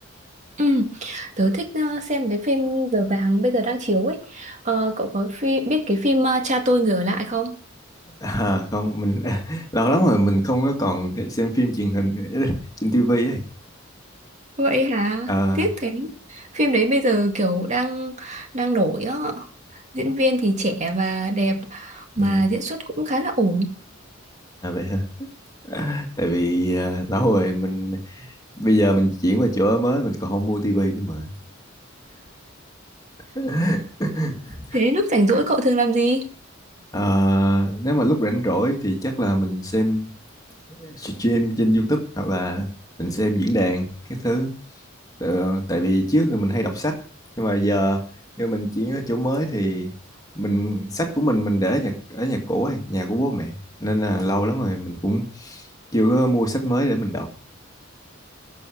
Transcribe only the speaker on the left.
<laughs> À không, mình <laughs> lâu lắm rồi mình không có còn xem phim truyền hình <laughs> trên tivi ấy.
À,
ừm,
à vậy hả? <laughs> Tại vì ờ, lâu rồi mình bây giờ mình chuyển qua chỗ ở mới mình còn không mua tivi nữa mà. <laughs>
Ờ, nếu mà lúc rảnh rỗi thì chắc là mình xem stream trên YouTube hoặc là mình xem diễn đàn cái thứ Tự, tại vì trước thì mình hay đọc sách nhưng mà giờ nếu mình chuyển ở chỗ mới thì mình sách của mình mình để ở nhà ở nhà cũ ấy, nhà của bố mẹ nên là lâu lắm rồi mình cũng chưa có mua sách mới để mình đọc